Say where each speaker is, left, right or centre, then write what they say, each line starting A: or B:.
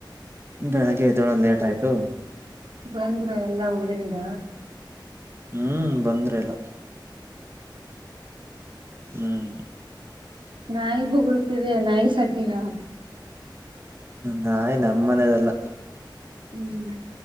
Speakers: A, on the right; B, on the right.
A: ಬೆಳಗ್ಗೆ ಎದ್ದೋಳದ್ ಲೇಟ್ ಆಯ್ತು.
B: ಬಂದ್ರ ಎಲ್ಲಾ? ಊರಿಂದ
A: ಹ್ಮ್ ಬಂದ್ರೆಲ್ಲ. ಹ್ಮ್
B: ನಾಯಿ ಬೊಗಳುತ್ತಿದೆ ನಾಯಿ ಸಾಕಿನ?
A: ನಾಯಿ ನಮ್ಮನೆದಲ್ಲ.
B: ಹ್ಮ್